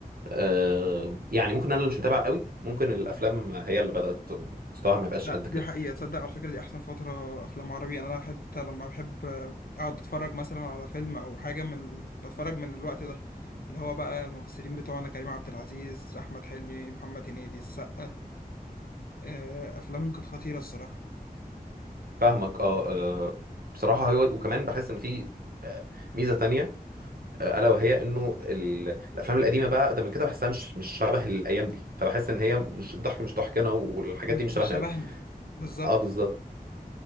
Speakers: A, on the right; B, on the left.
A: آه يعني ممكن انا اللي مش متابع قوي ممكن الافلام هي اللي بدات مستواها ما يبقاش
B: لا
A: قد كده
B: دي حقيقة تصدق على فكرة دي أحسن فترة أفلام عربي أنا أنا حتى لما بحب أقعد أتفرج مثلا على فيلم أو حاجة من بتفرج من الوقت ده اللي هو بقى الممثلين بتوعنا كريم عبد العزيز أحمد حلمي محمد هنيدي السقا آه، أفلامهم كانت خطيرة الصراحة
A: فاهمك اه آه، بصراحه هو وكمان بحس ان في آه، ميزه تانية آه، الا وهي انه ال- الافلام القديمه بقى ده من كده بحسها مش مش شبه الايام دي فبحس ان هي مش الضحك مش ضحكنا والحاجات
B: مش
A: دي مش
B: مش
A: شبهنا
B: شبهنا
A: قوي
B: بالظبط
A: اه بالظبط